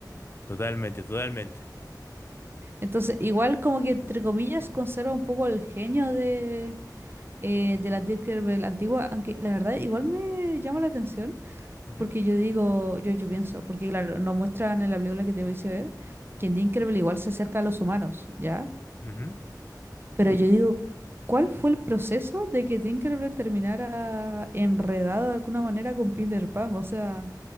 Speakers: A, on the left (about 35°); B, on the right (about 30°).
A: totalmente, totalmente.
B: Entonces, igual como que entre comillas conserva un poco el genio de, eh, de la Tinkerbell antigua, aunque la verdad igual me llama la atención,
A: Ujú,
B: porque yo digo, yo, yo pienso, porque claro, nos muestran en la película que te voy a ver, que en Tinkerbell igual se acerca a los humanos, ¿ya?
A: ujú.
B: Pero yo digo, ¿cuál fue el proceso de que Tinkerbell terminara enredado de alguna manera con Peter Pan? O sea,